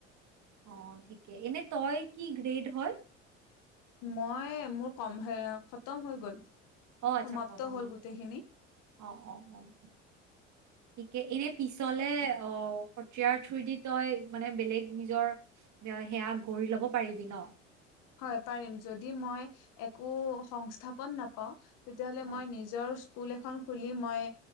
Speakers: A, on the right (about 50°); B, on the left (about 55°).
A: অ, ঠিকে এনে তই কি গ্ৰেড হয়?
B: মই মোৰ কম হে খতম হৈ গ'ল।
A: অ, আচ্ছা
B: সমাপ্ত
A: <unintelligible>
B: হ'ল গোটেইখিনি
A: অ', অ', অ', ঠিকে এনে পিছলে অ, সত্ৰিয়াৰ থুৰইদি তই মানে বেলেগ নিজৰ সেয়া গ কৰি ল'ব পাৰিবি ন'?
B: হয় পাৰিম যদি মই একো সংস্থাপন নাপাওঁ তেতিয়াহ'লে
A: অ
B: মই নিজৰচ স্কুল এখন খুলি মই